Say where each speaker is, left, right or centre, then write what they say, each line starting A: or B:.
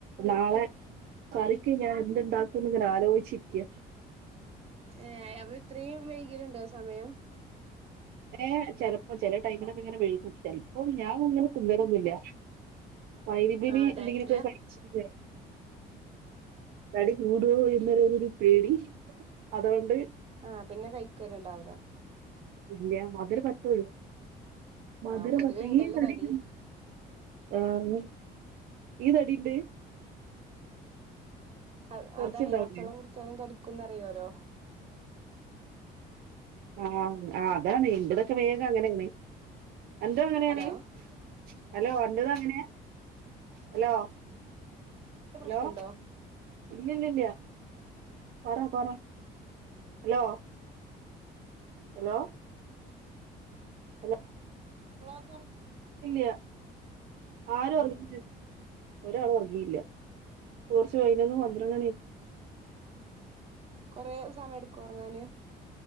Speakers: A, on the right; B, on the right.
A: നാളെ കറിക്ക് ഞൻ എന്തെന്താക്കുംന്ന് ഇങ്ങനെ ആലോചിച്ചിരിക്കയാ
B: ഏ അപ്പൊ ഇത്രയും വൈകലുണ്ടോ സമയം
A: ഏ ചിലപ്പോ ചില ടൈമിലൊക്കെ ഇങ്ങനെ വെഴി കൂട്ടിച്ചൽ ഇപ്പൊ ഞാൻ അങ്ങനെ പിന്നരൊന്നുമില്ല വൈലബനി
B: ആഹ്
A: എന്തെങ്കിലുംക്കെ
B: ഡയറ്റില
A: കഴിച്ചിട്ട് വരും തടി കൂടുവോ എന്നൊരു ഒരു പേടി അതോണ്ട്
B: ആഹ് പിന്നെ കയിക്കല് ഇണ്ടാവൂല
A: ഇല്യ മധുരം പറ്റൊഴിവ് <unintelligible> മധുരം
B: ആഹ് പൊതുവേ
A: പറ്റെ
B: ഉണ്ടല്ലോ
A: ഈ <unintelligible>
B: തടി
A: <unintelligible> ആഹ് നീ ഈ തടിണ്ട്
B: ആ
A: കൊറച്ചുണ്ടാവില്ലേ
B: അതാണ് പച്ചള്ളം കുടി ച്ചാലും തടി ഉക്കുന്നറിയോരോ
A: ആഹ് ആന്ന് ആഹ് ഇതാണ് ഇന്റെ തൊക്കെ വേഗം അങ്ങനെയാണ് രണ്ടും അങ്ങനേണ്
B: ഹലോ
A: ഹലോ അന്റതും അങ്ങനെയാ ഹലോ
B: പ്രശ്നണ്ടോ
A: ഹലോ ഇല്ല ഇല്ലില്യാ പറ പറ ഹലോ ഹലോ ഹലോ
B: ലൊ തൊറ്
A: ഇല്ല്യ ആരു
B: ഉം
A: പറഞ്ഞു ഒരാളും ഒർഗീല്ല കോറ്ച്ചു പയ്നൊന്ന് പണ്ട്രണ്ടണി
B: കൊറെ സമയം എട്ക്കൊ ഒർങ്ങാന്